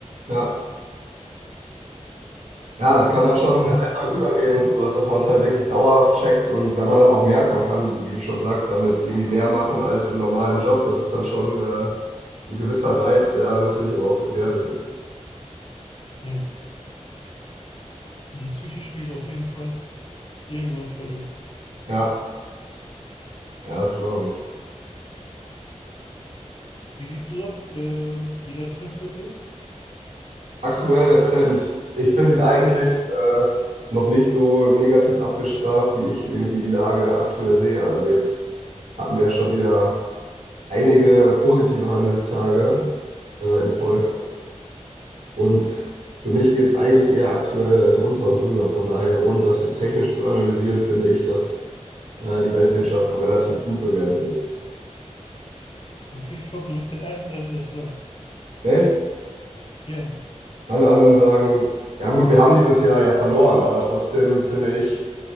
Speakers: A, on the right; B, on the left.
A: Ja. Ja, das kann dann schon
B: war
A: in
B: mir
A: den Alltag
B: dann irgendwann
A: übergehen
B: zu viel.
A: und sowas, dass man es halt wirklich dauerhaft checkt. Und wenn man dann auch merkt, man kann, wie du schon sagst, damit irgendwie mehr machen als im normalen Job, das ist dann schon äh, ein gewisser Reiz, der natürlich aber auch gefährlich ist.
B: Ja, die Psyche spielt auf jeden Fall irgendwann verrückt.
A: Ja, ja, das glaube ich.
B: Wie siehst du das, ähm, wie der Trend heute ist?
A: Aktuell der Trend. Ich finde ihn eigentlich
B: Ja,
A: äh, noch nicht so negativ abgestraft, wie ich irgendwie die Lage aktuell sehe. Also jetzt hatten wir ja schon wieder einige positive Handelstage äh, in Folge.
B: ja,
A: Und für mich geht es eigentlich eher aktuell drunter und drüber. Von daher, ohne das jetzt technisch zu analysieren, finde ich, dass äh, die Weltwirtschaft noch relativ gut bewertet ist.
B: okay, ich glaube, du bist der Erste, der mir das sagt.
A: Recht?
B: Ja,
A: Alle anderen sagen, ja gut, wir haben dieses Jahr ja verloren, aber trotzdem finde ich,